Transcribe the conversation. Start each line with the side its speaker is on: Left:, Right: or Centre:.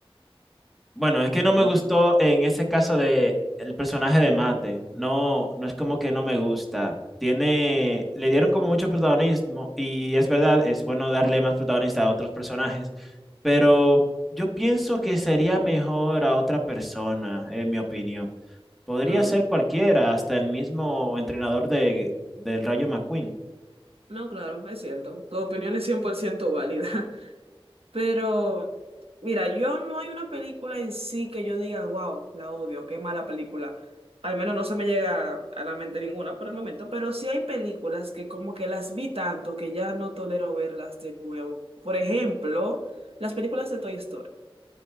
Centre: Bueno, es que no me
Right: <laughs>
Centre: gustó en ese caso de el personaje de Mate. No, no es como que no me gusta. Tiene, le dieron como mucho protagonismo y es verdad, es bueno darle más protagonista a otros personajes, pero yo pienso que sería mejor a otra persona, en mi opinión. Podría
Right: Ah,
Centre: ser cualquiera, hasta el mismo entrenador de, del Rayo McQueen.
Right: no, claro, es cierto. Tu opinión es 100% válida. Pero, mira, yo no hay una película en sí que yo diga, wow, la odio, qué mala película. Al menos no se me llega a la mente ninguna por el momento, pero sí hay películas que como que las vi tanto que ya no tolero verlas de nuevo. Por ejemplo, las películas de Toy Story.